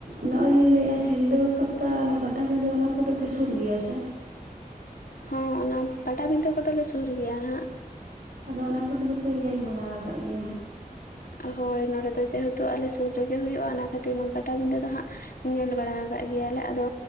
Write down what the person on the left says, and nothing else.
ᱦᱚᱸ ᱚᱱᱟ ᱯᱟᱴᱟᱵᱤᱱᱫᱟᱹ ᱠᱚᱫᱚ ᱞᱮ ᱥᱩᱨ ᱜᱮᱭᱟ ᱦᱟᱸᱜ
ᱦᱳᱭ ᱱᱚᱸᱰᱮ ᱫᱚ ᱡᱮᱦᱮ ᱛᱩ ᱟᱞᱮ ᱥᱩᱨ ᱨᱮᱜᱮ ᱦᱩᱭᱩᱜ-ᱟ ᱚᱱᱟ ᱠᱷᱟᱹᱛᱤᱨ ᱯᱟᱴᱟᱵᱤᱱᱫᱟᱹ ᱫᱚ ᱦᱟᱸᱜ ᱧᱮᱞ ᱵᱟᱲᱟ ᱠᱟᱜ ᱜᱮᱭᱟᱞᱮ ᱟᱫᱚ